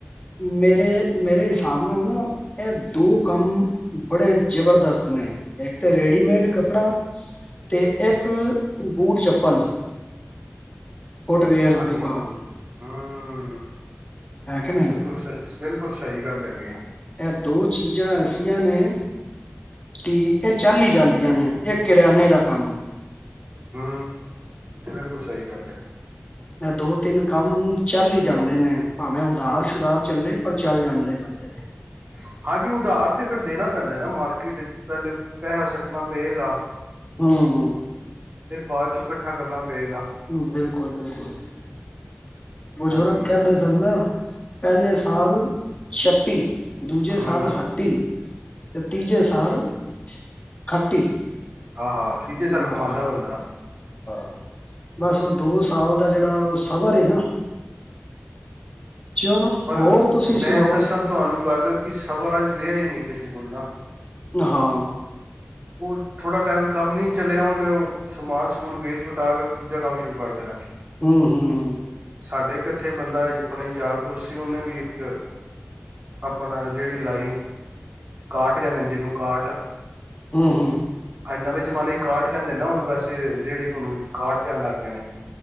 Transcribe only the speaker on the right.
<unintelligible>
ਹਾਂਜੀ
ਹਾ। <unintelligible>
ਬਿਲਕੁਲ ਸਹੀ ਬਿਲਕੁਲ ਸਹੀ ਗੱਲ ਹੈਗੀ ਆ।
<unintelligible> ਹਾ ਬਿਲਕੁਲ ਸਹੀ ਗੱਲ ਹੈ।
<unintelligible> ਹਾਂਜੀ ਉਧਾਰ ਤੇ ਫਿਰ ਦੇਣਾ ਪੈਂਦਾ ਨਾ ਮਾਰਕੀਟ ਚ ਪਹਿਲੇ ਪੈਸਾ ਛੱਟਣਾ ਪਏਗਾ।
<unintelligible> ਬਾਅਦ ਚੋਂ ਇਕੱਠਾ ਕਰਨਾ।
ਪਏਗਾ
ਹਾਂਜੀ
ਹਾਂਜੀ
ਹਮ
<unintelligible> ਆਹੋ ਤੀਜੇ ਸਾਲ
ਕਮਾਦਾ ਬੰਦਾ।
ਪਰ
ਮੈਂ ਦੱਸਾਂ ਤੁਹਾਨੂੰ ਗੱਲ ਕਿ ਸਮਿਰਾਇਜ ਰਿਹਾ ਹੀ ਨਹੀਂ ਕਿਸੇ ਕੋਲ ਨਾ।
ਉਹ ਥੋੜਾ ਟਾਈਮ ਕੰਮ ਨਹੀਂ। ਚਲਿਆ ਉਹਨੇ ਉਹ ਸਮਾਨ ਸਮੂਨ ਵੇਚ ਵਟਾ ਕੇ ਦੂਜਾ ਕੰਮ ਸ਼ੁਰੂ ਕਰ ਦੇਣਾ।
ਸਾਡੇ ਇਕ ਇਥੇ ਬੰਦਾ ਆਪਣੇ ਯਾਰ ਦੋਸਤ ਸੀ ਉਹਨੇ ਵੀ ਇੱਕ ਆਪਣਾ ਰੇਹੜੀ ਲਾਈ। ਕਾਰਟ ਕਹਿੰਦੇ ਨੇ ਜਿਹਨੂੰ ਕਾਰਟ
ਅੱਂ ਨਵੇਂ ਜਮਾਨੇ ਚ ਕਾਰਟ ਕਹਿੰਦੇ ਨਾ ਹੁਣ ਵੈਸੇ ਰੇਹੜੀ ਕਾਰਟ ਕਹਿਣ ਲੱਗ ਗਏ ਨੇ